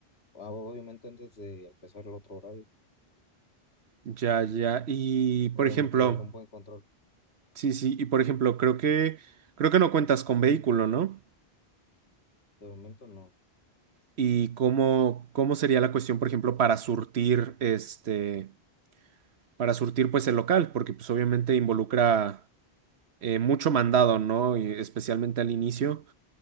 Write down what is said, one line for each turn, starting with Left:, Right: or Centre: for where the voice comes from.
Left: ah, obviamente antes de empezar el otro horario.
Right: Ya, ya. Y por
Left: Obviamente
Right: ejemplo,
Left: llevar un buen control.
Right: sí, sí, y por ejemplo, creo que creo que no cuentas con vehículo, ¿no?
Left: De momento no.
Right: y cómo, cómo sería la cuestión, por ejemplo, para surtir este, para surtir pues el local, porque pues obviamente involucra eh, mucho mandado, ¿no? Y especialmente al inicio.